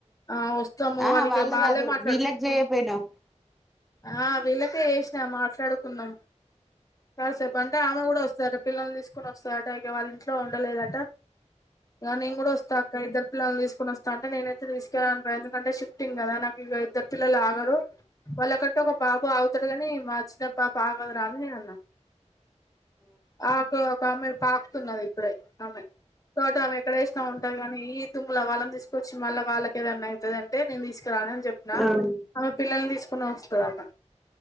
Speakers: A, on the left (about 30°); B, in the centre.
A: ఆ వస్తాము
B: ఆహా
A: వాళ్ళకి
B: వాళ్ళు
A: వాళ్లేే
B: కాదు
A: మాట్లాడుకోరు
B: వీళ్ళకి చేయపోయినావ్
A: ఆ వీళ్ళకే వేసినా మాట్లాడుకు కుందం కాసేపు అంటే ఆమె కూడా వస్తదట పిల్లల్ని తీసుకొని వస్తదట టైగా వాళ్ళ ంట్లో ఉండలేదట అ నే కూడా వస్తా అక్క ఇద్దరు పిల్లలు తీసుకుని వస్తా అంటే నేనైతే తీసుకురాన్ పెండ్స్ ఎందుకంటే ష్ టిన్ కదా నాకు ఇ ఇద్దరు పిల్లలు ఆగరు వాళ్ళ క ఒక పాప ఆగుతది కాని మా చిన్న పాప ఆగదురా అని నేనన్నా ఆ పె ఒకామె తాకుతున్నవి. ప్పుడే ఆమె తోటామె ఎక్కడ ఏసిన వుంటాది గానీ తుమ్ముల వాళ్ళని తీసుకొచ్చి మళ్ల వాళ్లకి ఏమన్నా అయితది అంటే నేను తీస్ రానని చెప్పిన
B: అదే
A: ఆమె పిల్లల్ని తీసుకొని వస్తదట.